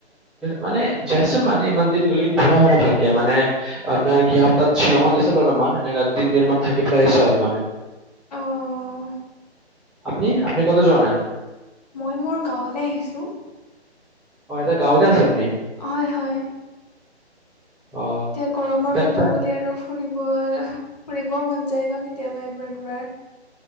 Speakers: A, in the centre; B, on the left.
A: মানে যাইচোন মানে ইমান দিন গলে কি ঘুৰা হোৱা নাই ভালকে মানে আপোনাৰ সিহতাত শ্বিলং যাইছিলো অলপমান এনেকা তিন দিন মান থাকি পেলাই আহছো আৰু মানে।
B: অঁ
A: আপনি আপনি কতো যোৱা নাই।
B: মই মোৰ গাঁৱলৈ আহিছো।
A: হয়, এতিয়া গাঁওতে আছে আপুনি।
B: হয়, হয়।
A: অ
B: এতিয়া গৰমৰ
A: তাক
B: বন্ধ
A: তাক
B: বুলি আৰু ফুৰিব ফুৰিবও মন যায় ন কেতিয়াবা এবাৰ দুবাৰ।